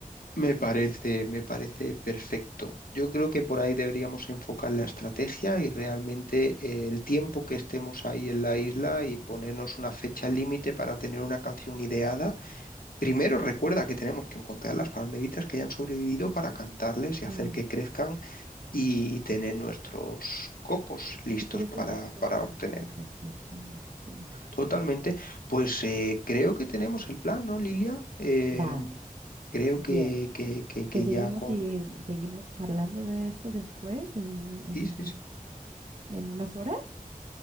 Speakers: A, on the left; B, on the right.
A: Me parece, me parece perfecto. Yo creo que por ahí deberíamos enfocar la estrategia y realmente eh, el tiempo que estemos ahí en la isla y ponernos una fecha límite para tener una canción ideada. Primero recuerda que tenemos que encontrar las palmeritas que hayan sobrevivido para cantarles
B: Claro.
A: y hacer que crezcan y tener nuestros cocos listos
B: Y por esos
A: para,
B: dos cocos
A: para obtener.
B: nos pueden decir cómo, sí.
A: Totalmente, pues eh, creo que tenemos el plan, ¿no, Lilia? Eh,
B: Vale,
A: creo
B: bien.
A: que, que, que, que
B: Te seguimos
A: ya con...
B: y seguimos charlando de esto después en un- en
A: Sí,
B: un-
A: sí, sí.
B: en unas horas.